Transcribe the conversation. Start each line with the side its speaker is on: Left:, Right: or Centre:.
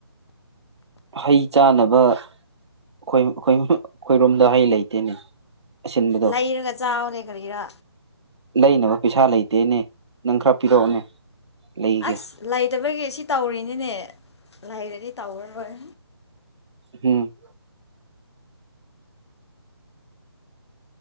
Right: ꯍꯩ ꯆꯥꯅꯕ ꯑꯩꯈꯣꯏ ꯑꯩꯈꯣꯏ ꯑꯩꯈꯣꯏꯔꯣꯝꯗ ꯍꯩ ꯂꯩꯇꯦꯅꯦ ꯑꯁꯤꯟꯕꯗꯣ
Left: ꯂꯩꯔꯒ ꯆꯥꯎꯔꯦ ꯀꯔꯤꯔꯥ
Right: ꯂꯩꯅꯕ ꯄꯩꯁꯥ ꯂꯩꯇꯦꯅꯦ ꯅꯪ ꯈꯔ ꯄꯤꯔꯛꯑꯣꯅꯦ ꯂꯩꯒꯦ
Left: ꯑꯁ ꯂꯩꯇꯕꯒꯤ ꯁꯤ ꯇꯧꯔꯤꯅꯤꯅꯦ ꯂꯩꯔꯗꯤ ꯇꯧꯔꯔꯣꯏ
Right: ꯎꯝ